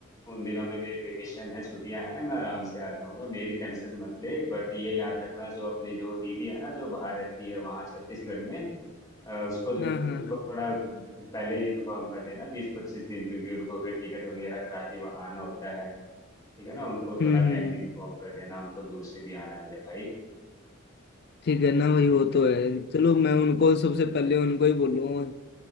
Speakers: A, on the left; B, on the left.
A: उन दिनों में मेरी वेकेशन है छुट्टियां हैं मैं आराम से आ जाऊंगा मेरी टेंशन मत ले बट ये याद रखना जो अपनी जो दीदी है ना जो बाहर रहती है वहाँ छत्तीसगढ़ में अ, उसको जो-
B: हाँ हाँ
A: उसको
B: हाँ
A: थोड़ा पहले ही इन्फॉर्म कर देना बीस पच्चीस दिन क्योंकि उनको फिर टिकट वगैरह करा के वहाँ आना होता है ठीक है ना उनको थोड़ा
B: हम्म
A: टाइमली
B: हम्म,
A: इन्फॉर्म कर देना उनको दूर से भी आना है मेरे भाई
B: ठीक है ना भाई
A: और
B: वो तो है चलो मैं उनको सबसे पहले उनको ही बोलूंगा